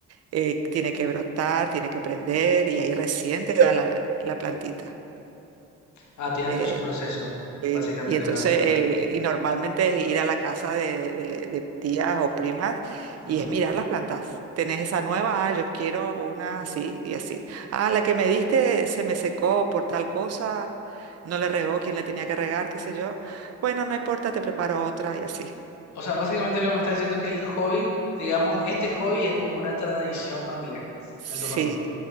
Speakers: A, on the right; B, on the left.
A: eh, tiene que brotar, tiene que prender y ahí recién te da la, la plantita.
B: Ah, tiene
A: Eh,
B: todo su proceso,
A: Sí,
B: básicamente,
A: Y entonces,
B: no
A: el, y normalmente es ir a la casa de, de- de tías o primas y
B: Ujú.
A: es mirar las plantas. ¿Tenés esa nueva? Ah, yo quiero una así y así. Ah, la que me diste se me secó por tal cosa, no le regó quien le tenía que regar, qué sé yo. Bueno, no importa, te preparo otra y así.
B: O sea, básicamente lo que me está diciendo que el hobby, digamos, este hobby es como una tradición familiar
A: Sí,
B: en tu familia.